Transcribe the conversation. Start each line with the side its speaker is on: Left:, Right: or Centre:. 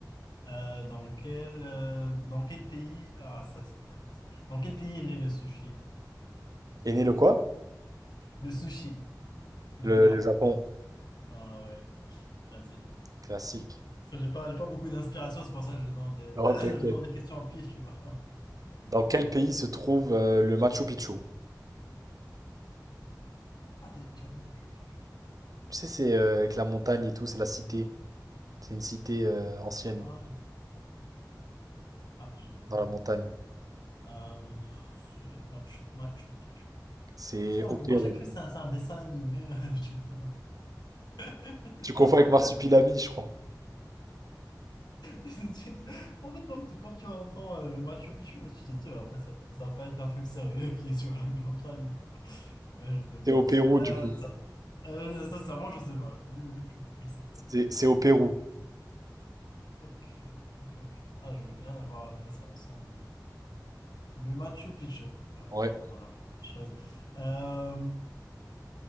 Left: Euh, dans quel, euh, dans quel pays... Ah, ça, c'est très facile. Dans quel pays est né le sushi?
Right: Et né le quoi?
Left: Le sushi, le
Right: Le,
Left: plat.
Right: le Japon.
Left: Ah ouais, vas-y.
Right: Classique.
Left: Enfin, J'ai pas, j'ai pas beaucoup d'inspiration, c'est pour ça que je donne des,
Right: Alors,
Left: <coughs>
Right: t'inquiète.
Left: <clears throat> je donne des questions en pif, tu vois.
Right: Dans quel pays se trouve euh, le Machu Picchu?
Left: <laughs> C'est quoi déjà le Machu Picchu?
Right: Tu sais, c'est euh, avec la montagne et tout, c'est la cité. C'est une cité euh, ancienne
Left: Ah, ah, je...
Right: dans la montagne.
Left: euh, le Machu, Machu Picchu.
Right: C'est
Left: Genre,
Right: au Pérou.
Left: moi, à chaque fois, c'est un, c'est un dessin animé. <laughs> Je sais pas. <laughs>
Right: Tu confonds avec Marsupilami, je crois.
Left: Je me dis, En fait, quand tu, quand tu entends euh, le Machu Picchu, moi, tu te dis, ouais, en fait, ça, ça va pas être un truc sérieux qui est sur la <laughs> montagne, quoi. Mais je sais pas.
Right: C'est au Pérou,
Left: Euh,
Right: du coup.
Left: ça, euh, sincèrement, je sais pas. Du, du tout. Je sais pas du
Right: C'est
Left: tout.
Right: c'est au Pérou.
Left: Ok, ok, ok. Ah, je veux bien voir à quoi ça ressemble. Le Machu Picchu. Vas-y,
Right: Ouais.
Left: on on apprend des choses. Euh,